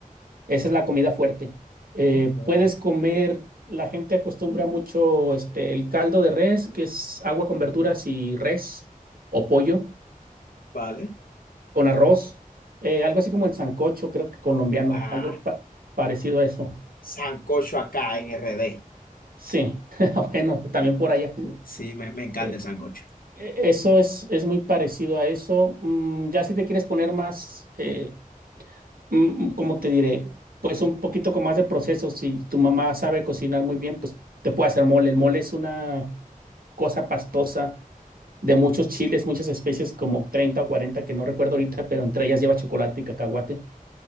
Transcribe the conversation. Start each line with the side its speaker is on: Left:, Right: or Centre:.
Right: Esa es la comida fuerte. Eh,
Left: Ok.
Right: puedes comer, la gente acostumbra mucho este, el caldo de res, que es agua con verduras y res o pollo
Left: Vale.
Right: con arroz, eh, algo así como el sancocho, creo que colombiano,
Left: Ah,
Right: algo pa- parecido a eso.
Left: sancocho acá en RD.
Right: Sí, <laughs> bueno, también por allá.
Left: Sí, me, me encanta
Right: Eh,
Left: el sancocho.
Right: eh, eso es, es muy parecido a eso. Mm, ya si te quieres poner más, eh, mm, ¿cómo te diré? Pues un poquito con más de proceso. Si tu mamá sabe cocinar muy bien, pues te puede hacer mole. El mole es una cosa pastosa de muchos chiles, muchas especies, como 30 o 40 que no recuerdo ahorita, pero entre ellas lleva chocolate y cacahuate